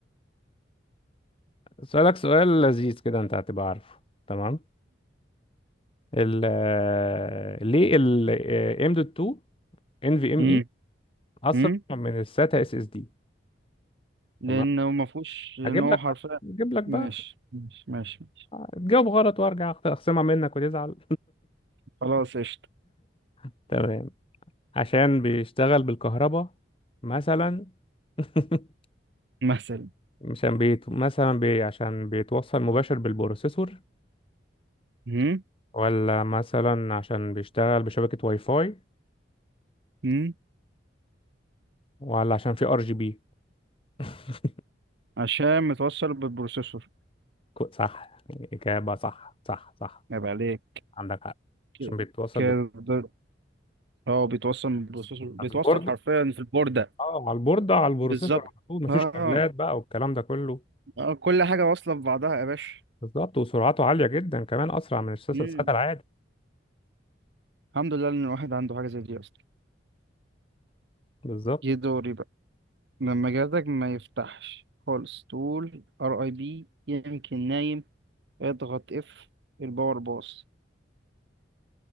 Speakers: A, on the left; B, on the right.
A: سؤالك سؤال لذيذ كده انت هتبقى عارفه تمام ال آه، ليه ال آه، ام دوت 2 ان في ام
B: امم
A: اي اسرع
B: امم
A: من الساتا اس اس دي
B: لانه
A: تمام
B: ما فيهوش لان
A: هجيب
B: هو
A: لك
B: حرفيا
A: بقى هجيب لك بقى
B: ماشي ماشي ماشي ماشي.
A: تجاوب غلط وارجع أخت- اخصمها منك وتزعل
B: خلاص قشطة
A: <laughs> تمام عشان بيشتغل بالكهرباء مثلا <laughs>
B: مثلا
A: عشان بيت مثلا بي عشان بيتوصل مباشر بالبروسيسور
B: مم.
A: ولا مثلا عشان بيشتغل بشبكة واي فاي
B: مم.
A: ولا عشان في ار جي بي <laughs>
B: عشان متوصل بالبروسيسور
A: صح إجابة صح صح صح
B: يبقى عليك
A: عندك حق
B: ك-
A: عشان بيتوصل
B: كده
A: بال-
B: اه بيتوصل بالبروسيسور بيتوصل
A: على البورد
B: حرفيا في البوردة
A: اه على البورد على البروسيسور
B: بالظبط
A: على طول مفيش
B: اه آه.
A: كابلات بقى والكلام ده كله
B: آه، كل حاجة واصلة ببعضها يا باشا
A: بالظبط وسرعته عالية جدا كمان أسرع من السات
B: مم.
A: العادي
B: الحمد لله ان الواحد عنده حاجة زي دي اصلا
A: بالظبط
B: جه دوري بقى لما جهازك ما يفتحش خالص تقول ار اي بي يمكن نايم اضغط اف الباور باص